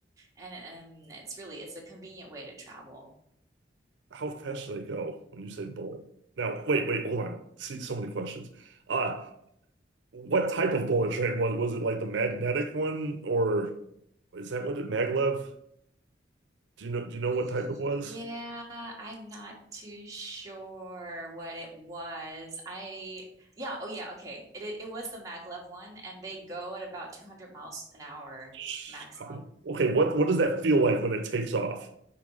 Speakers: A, on the right; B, on the right.
A: And um it's really it's a convenient way to travel.
B: How fast should I go when you say bullet? Now, wait, wait, hold on. See, so many questions. Uh, what type of bullet train was was it like the magnetic one or is that what it maglev? Do you know do you know
A: Yeah,
B: what type it was?
A: I'm not too sure what it was. I yeah, oh yeah, okay. It it, it was the maglev one, and they go at about 200 miles an hour
B: <sighs> Sh-
A: maximum.
B: Okay, what what does that feel like when it takes off?